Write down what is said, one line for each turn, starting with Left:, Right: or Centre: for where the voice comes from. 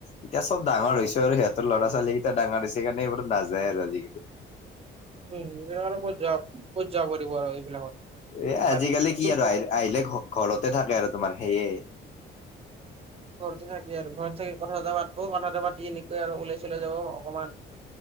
Left: এতিয়া চব ডাঙৰ হৈছে আৰু সিহঁতৰ ল'ৰা ছোৱালী কেইটা ডাঙৰ হৈছে সেইকাৰণে এইবোৰত নাযায় আৰু আজিকালি।
Right: উম, এইবিলাক আৰু ক'ত যোৱা ক'ত যোৱা কৰিব আৰু এইবিলাকত।
Left: এ
Right: বাট
Left: আজিকালি কি
Right: চুপ
Left: আৰু আহিল আহিলে ঘ ঘৰতে থাকে আৰু তোমাৰ সেইয়ে।
Right: ঘৰতে থাকে আৰু ঘৰত থাকি কথা এটা পাটব কথা এ পাতি এনেকৈ আৰু ওলাই চলাই যাব অকণমানা-